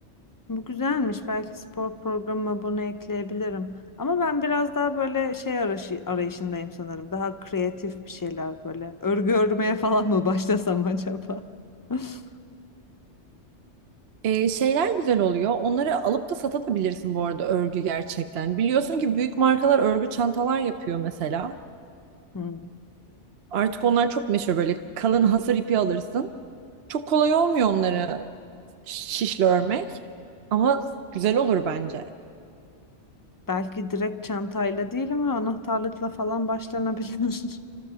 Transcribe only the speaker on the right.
Ee, şeyler güzel oluyor. Onları alıp da satabilirsin bu arada örgü gerçekten. Biliyorsun ki büyük markalar örgü çantalar yapıyor mesela.
Artık onlar çok meşhur böyle kalın hasır ipi alırsın. Çok kolay olmuyor onları şişle örmek. Ama güzel olur bence.